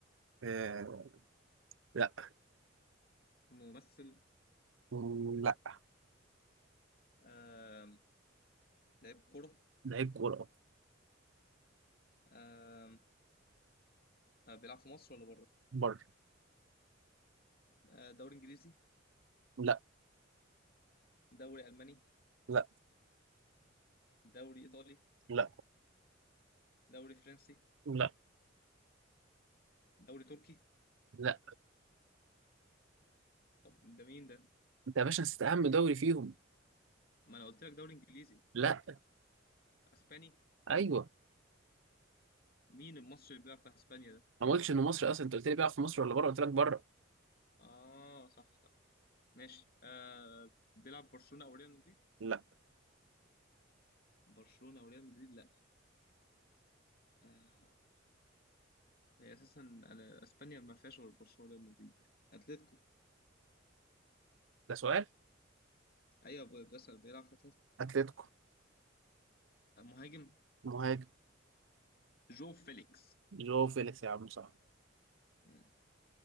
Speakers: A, on the right; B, on the left.
A: آه، لا
B: ممثل
A: لا
B: آه لعيب كوره
A: لعيب كوره
B: آه آه بيلعب في مصر ولا بره
A: بره
B: آه دوري انجليزي
A: لا
B: دوري الماني
A: لا
B: دوري ايطالي
A: لا
B: دوري فرنسي
A: لا
B: دوري تركي
A: لا
B: طب ده مين ده
A: انت يا باشا نسيت اهم دوري فيهم
B: ما انا قلت لك دوري انجليزي
A: لا
B: اسباني
A: ايوه
B: مين المصري اللي بيلعب في اسبانيا ده
A: انا ما قلتش انه مصري اصلا انت قلت لي بيلعب في مصر ولا بره قلت لك بره
B: اه صح صح ماشي آه بيلعب برشلونة او ريال مدريد
A: لا
B: برشلونة او ريال مدريد لا آه هي اساسا أنا- اسبانيا ما فيهاش غير برشلونة وريال مدريد يعني اتلتيكو
A: ده سؤال
B: ايوه ب- بس بيلعب في اتلتيكو
A: اتلتيكو
B: آه، مهاجم
A: مهاجم
B: جو فيليكس
A: جو فيليكس يا عم صح
B: مم.